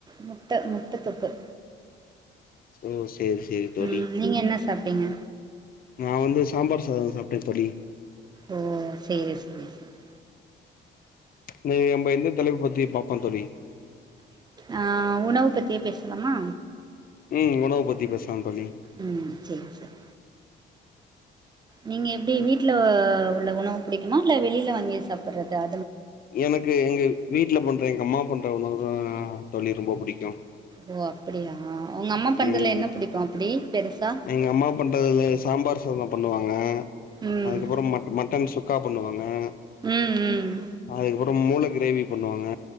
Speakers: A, on the right; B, on the left.
A: முட்ட முட்ட தொக்கு
B: ஓ செரி செரி தொழி
A: ம் நீங்க என்ன சாப்ட்டீங்க
B: நா வந்து சாம்பார் சாதம் சாப்ட்டே தொழி
A: ஓ செரி செரி செரி
B: இன்னைக்கு நம்ம எந்த தலைப் பத்தி பாப்போ தொழி
A: ஆ உணவு பத்தியே பேசலாமா
B: உம் உணவ பத்தி பேசலா தோழி
A: உம் சேரி சேரி நீங்க எப்டி வீட்டுல உள்ள உணவு பிடிக்குமா இல்ல வெளியில வாங்கி சாப்பறது ஆ
B: எனக்கு எங்க வீட்டுல பண்ற எங்க அம்மா பண்ற உணவு தா தொழி ரொம்ப புடிக்கு
A: ஓ அப்படியா உங்க அம்மா பண்றதுல
B: ம்
A: என்ன பிடிக்கு அப்டி பெருசா
B: எங்க அம்மா பண்றதுல சாம்பார் சொதம பண்ணுவாங்க
A: ம்
B: அதுக்கப்புறோ ம மட்டன் சுக்கா பண்ணுவாங்கெ
A: ம் ம்
B: அதுக்கப்றோ அப்புறோம் மூளை கிரேவி பண்ணுவாங்க